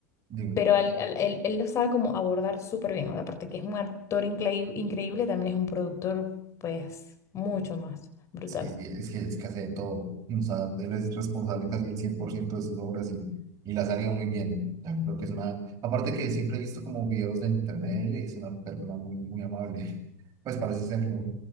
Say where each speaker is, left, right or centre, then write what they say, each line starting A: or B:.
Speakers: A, on the right (about 40°); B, on the left (about 35°).
A: dime.
B: pero al- al- él, él lo sabe como abordar súper bien, aparte que es un actor increí- increíble, también es un productor pues mucho más brutal.
A: Sí, sí, es que, es que hace de todo. O sea, él es responsable casi el 100% de sus obras y, y la ha salido muy bien. Ya, creo que es una... Aparte que siempre he visto como videos de internet de él y es una persona muy, muy amable. <laughs> Pues parece serlo